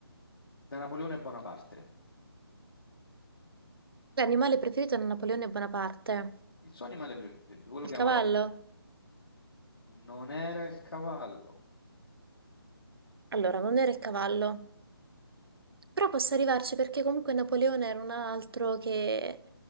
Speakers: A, on the left; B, on the right.
A: da Napoleone Bonaparte?
B: L'animale preferito da Napoleone Bonaparte?
A: Il suo animale preferito, quello
B: Il
A: che
B: cavallo?
A: amava di più. Non era il cavallo,
B: Allora, non era il cavallo. Però posso arrivarci perché comunque Napoleone era un altro che...